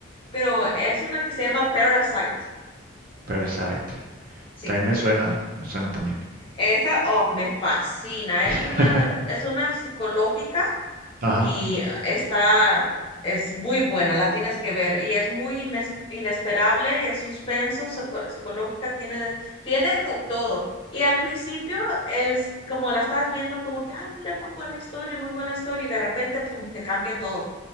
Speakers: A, on the left (about 25°); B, on the right (about 45°).
A: pero es una que se llama Parasite.
B: Parasite.
A: Sí.
B: También me suena, me suena también.
A: Esa, oh, me fascina.
B: <laughs>
A: Es una, es una psicológica
B: Ajá,
A: y está, es muy buena, la tienes que ver y es muy ines- inesperable, es suspenso, soco- psicológica, tiene, tiene de todo. Y al principio es como la estás viendo como que, ah, mira, muy buena historia, muy buena historia y de repente, pum, te cambia todo.